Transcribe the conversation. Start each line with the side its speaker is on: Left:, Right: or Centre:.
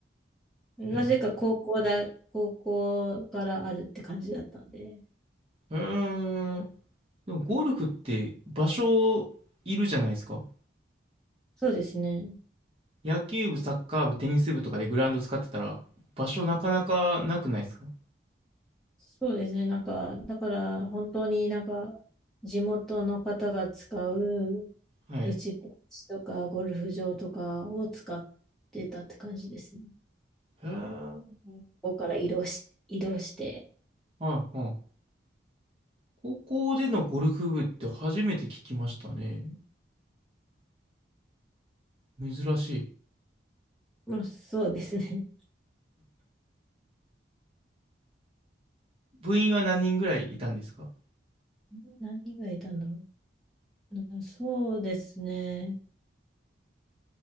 Centre: なぜか高校だ、
Right: うん。へえ。
Centre: 高校からあるって感じだったんで。
Right: へえ。でもゴルフって場所いるじゃないですか。
Centre: そうですね。
Right: 野球部、サッカー部、テニス部とかでグラウンド使ってたら場所なかなかなくないですか
Centre: そうですね。なんか、だから本当になんか、地元の方が使う
Right: はい。
Centre: 打ちっぱなしとかゴルフ場とかを使ってたって感じですね。
Right: へー
Centre: ここから移動し、移動して。
Right: はいはい。高校でのゴルフ部って初めて聞きましたね。珍しい。
Centre: まあそうですね。
Right: 部員は何人ぐらいいたんですか
Centre: <laughs> 何がいたんだろう。うんそうですね。